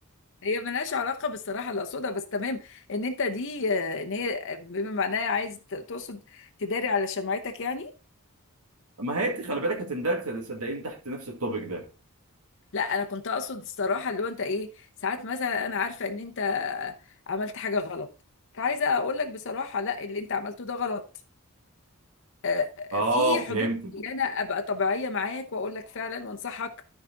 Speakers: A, on the left; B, on the right.
A: هي ملهاش علاقة بالصراحة اللي أقصدها بس تمام إن أنت دي آه، إن هي بما معناها عايز ت- تقصد تداري على شمعتك يعني
B: ما هي انت خلي بالك هتندرج صدقين تحت نفس التوبيك ده
A: لا أنا كنت أقصد الصراحة اللي هو أنت إيه ساعات مثلا أنا عارفة إن أنت عملت حاجة غلط فعايزة أقول لك بصراحة لا اللي أنت عملته ده غلط آه،
B: اه
A: في حدود
B: فهمتك
A: معينة أبقى طبيعية معاك وأقول لك فعلا وأنصحك